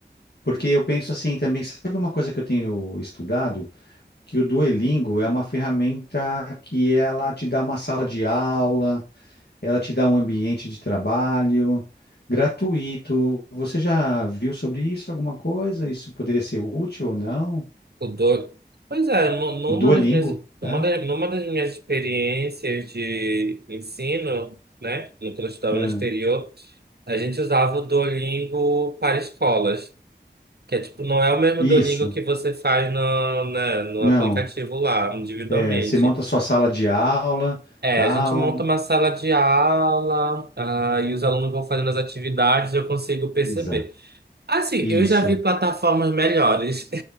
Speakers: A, on the left; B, on the right.
A: Porque eu penso assim também, sabe uma coisa que eu tenho estudado? Que o Duolingo é uma ferramenta que ela te dá uma sala de aula, ela te dá um ambiente de trabalho gratuito. Você já viu sobre isso alguma coisa? Isso poderia ser útil ou não?
B: O do... Pois é, nu- numa
A: O Duolingo,
B: das minhas, numa
A: né?
B: das, numa das minhas experiências de ensino, né, no- quando eu estudava
A: É.
B: no exterior, a gente usava o Duolingo para escolas, que é tipo, não é o mesmo
A: Isso,
B: Duolingo que você faz no, na- no
A: não.
B: aplicativo lá, individualmente.
A: É, você monta sua sala de aula,
B: É,
A: tal.
B: a gente monta uma sala de aula, ah, e os alunos vão fazendo as atividades, eu consigo perceber.
A: Exato.
B: Assim,
A: Isso.
B: eu já vi plataformas melhores,